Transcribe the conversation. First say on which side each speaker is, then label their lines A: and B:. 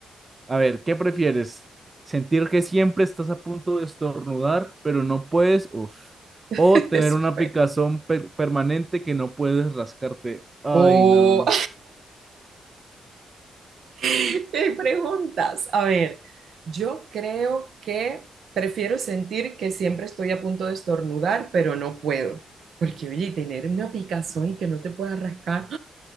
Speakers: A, on the right (about 20°); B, on the right (about 60°).
A: A ver, ¿qué prefieres? ¿Sentir que siempre estás a punto de estornudar, pero no puedes? Uf.
B: <laughs>
A: O tener
B: Eso
A: una
B: fue.
A: picazón per- permanente que no puedes rascarte. Ay,
B: O
A: no.
B: <laughs> Me preguntas. A ver, yo creo que prefiero sentir que siempre estoy a punto de estornudar, pero no puedo. Porque, oye, tener una picazón y que no te puedas rascar,